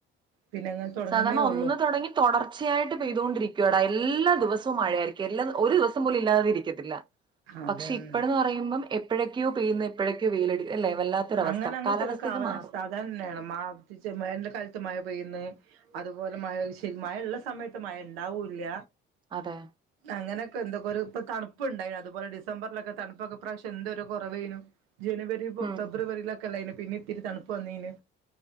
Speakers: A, on the right; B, on the right.
A: പിന്നെങ്ങനെ തുടങ്ങുന്നേ
B: സാധാരണ ഒന്ന്
A: ഉള്ളൂ
B: തുടങ്ങി തുടർച്ചയായിട്ട് പെയ്തൊണ്ടിരിക്ക് ക്കോട എല്ലാ ദിവസവും മഴയായിരിക്കും എല്ലാം ഒരു ദിവസം പോലും ഇല്ലാതെ ഇരിക്കത്തില്ല
A: അതന്നെ
B: പക്ഷെ ഇപ്പഴന്ന് പറയുമ്പം എപ്പോഴൊക്കെയോ പെയ്യന്ന് എപ്പോഴൊക്കെയോ വെയിലടി അല്ലേ വല്ലാത്തൊരവസ്ഥ
A: അങ്ങനെ അങ്ങത്തെരക്കാവലാവസ്ഥ
B: കാലാവസ്ഥയൊക്കെ മാറും
A: സാധാരണ വേണം മാ റ്റിച്ചു മേനൽ കാലത്ത് മഴ പെയ്യ്ന്ന് അതുപോലെ മഴ ശരി മഴള്ള സമയത്ത് മഴ ഉണ്ടാവൂല്ല
B: അതെ
A: അങ്ങനൊക്കെ എന്തൊക്കൊരു ഇപ്പ തണുപ്പുണ്ടായി അതുപോലെ ഡിസംബറിലൊക്കെ തണുപ്പൊക്കെ ഇപ്രാവശ്യം എന്തൊരു കുറവേയ്നു ജനുവ
B: ഉം
A: ഫെബ്രുവരിലൊക്കെ അല്ലെയിനൊ പിന്നെ ഇത്തിരി തണുപ്പ് വന്നിന്